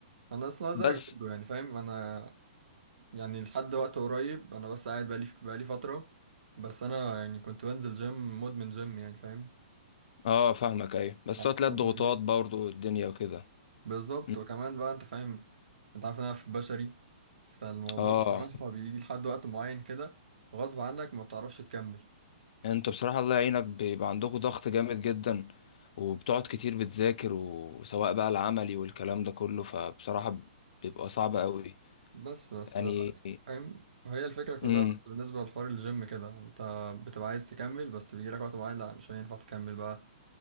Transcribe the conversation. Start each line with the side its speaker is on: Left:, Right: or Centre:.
Right: انا اصلا زيك
Left: بس
Right: برضو يعني فاهم انا يعني لحد وقت قريب انا بس قاعد بقالي بقالي فترة بس انا يعني كنت بنزل جيم مدمن جيم يعني فاهم
Left: اه فاهمك ايوه بس
Right: قعدت
Left: هو تلاقي
Right: فترة
Left: الضغوطات
Right: كبيرة
Left: برضه الدنيا وكده
Right: بالظبط
Left: م.
Right: وكمان بقى انت فاهم انت عارف إن انا في بشري فالموضوع
Left: اه
Right: بصراحة بيجي لحد وقت معين كده غصب عنك ما بتعرفش تكمل
Left: يعني انت بصراحة الله يعينك بيبقى عندكم ضغط جامد جدا وبتقعد كتير بتذاكر وسواء بقى العملي والكلام ده كله فبصراحة بيبقى صعب قوي
Right: بس بس
Left: يعني
Right: فاهم هي الفكرة كلها
Left: امم
Right: بس بالنسبة لحوار الجيم كده انت بتبقى عايز تكمل بس بيجيلك وقت معين لا مش هينفع تكمل بقى